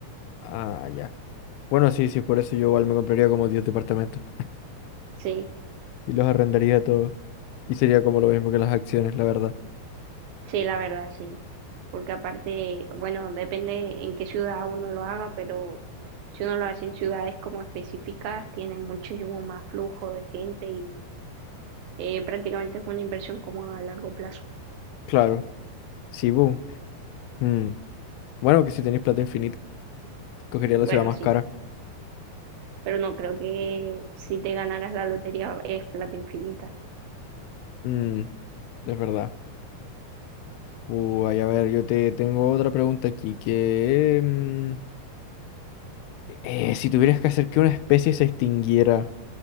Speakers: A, on the left (about 85°); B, on the right (about 75°).
A: Ah, ya. Bueno, sí, sí, por eso yo igual me compraría como 10 departamentos
B: Sí,
A: y los arrendaría todos. Y sería como lo mismo que las acciones, la verdad.
B: sí, la verdad, sí. Porque aparte, bueno, depende en qué ciudad uno lo haga, pero si uno lo hace en ciudades como específicas, tiene muchísimo más flujo de gente y eh, prácticamente es una inversión como a largo plazo.
A: Claro. Sí, boom. Mm. Bueno, que si tenéis plata infinita, cogería la
B: Bueno,
A: ciudad más
B: sí,
A: cara.
B: pero no creo que si te ganaras la lotería es plata infinita.
A: Mm, es verdad. Uy, a ver, yo te tengo otra pregunta aquí, que... mm, eh, si tuvieras que hacer que una especie se extinguiera,